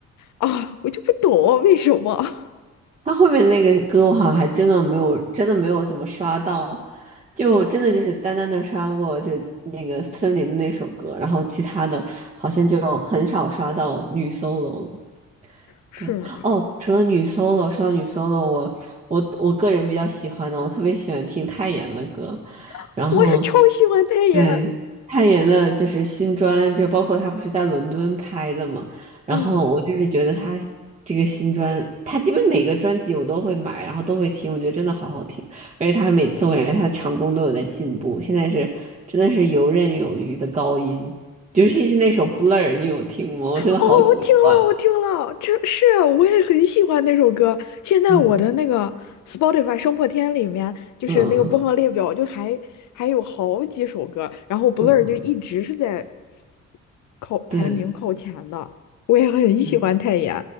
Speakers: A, on the left; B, on the right.
A: 啊，我就不懂啊为什么。
B: 他后面那个歌我好像还真的没有，真的没有怎么刷到，就真的就是单单的刷过就那个森林的那首歌，然后其他的好像就很少刷到女 solo 了。
A: <laughs> 是的，
B: 对，哦，除了女 solo，说到女 solo，我我我个人比较喜欢的，我特别喜欢听泰妍的歌，
A: <laughs>
B: 然后
A: 我也超喜欢泰妍，
B: 对，泰妍的就是新专，就包括他不是在伦敦拍的嘛，然后我就是觉得他这个新专，
A: 嗯。
B: 他基本每个专辑我都会买，然后都会听，我觉得真的好好听，而且他每次我感觉她的唱功都有在进步，现在是真的是游刃有余的高音，尤其是那首《Blur》，你有听吗？我真的好喜欢。
A: 哦，我听了，我听了，这是我也很喜欢那首歌。现在我的那个
B: 嗯
A: Spotify 生破天里面，就是那个播放列表，
B: 嗯嗯
A: 就还还有好几首歌，然后 Blur
B: 嗯嗯，
A: 就一直是在靠排名靠前的。
B: 对，
A: 我也很喜欢泰妍，
B: 嗯